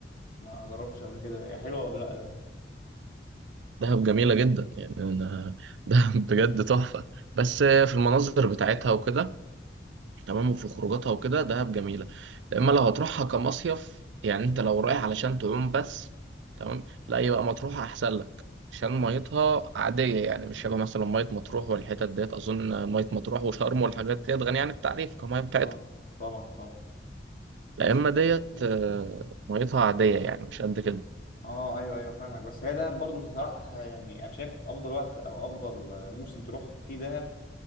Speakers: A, on the left; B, on the right.
A: ما جربتش قبل كده هي حلوة ولا لا ده
B: دهب جميله جدا يعني انا <laughs> دهب بجد تحفه بس في المناظر بتاعتها وكده تمام وفي خروجاتها وكده دهب جميلة اما لو هتروحها كمصيف يعني انت لو رايح علشان تعوم بس تمام لا يبقى مطروح احسن لك عشان ميتها عادية يعني مش شبه مثلا مية مطروح والحتت ديت أظن مية مطروح وشرم والحاجات ديت غنية عن التعريف كمية بتاعتها
A: اه طبعا طبعا
B: لا
A: بس
B: إما ديت
A: اه
B: آه، ميتها عادية يعني مش قد كده
A: آه، ايوه ايوه فاهمك بس هي دهب برضه تطرح يعني انا شايف افضل وقت او افضل موسم تروح فيه دهب